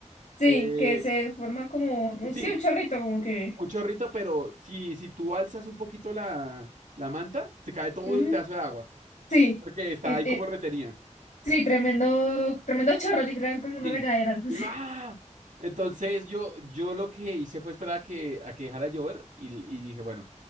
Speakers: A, on the left; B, on the right.
A: Sí,
B: Eh,
A: que se forma como, un-
B: Sí,
A: sí, un chorrito, como que.
B: Un chorrito, pero si, si tú alzas un poquito la, la manta, se cae todo
A: Ujú.
B: el pedazo de agua,
A: Sí,
B: porque está
A: y-
B: ahí como
A: y-
B: retenida.
A: sí, tremendo, tremendo chorro, literal, como una
B: Sí.
A: regadera, <laughs> no
B: Y
A: sé.
B: uno, ¡ah! Entonces yo, yo lo que hice fue esperar a que, a que dejara de llover y, y dije, bueno,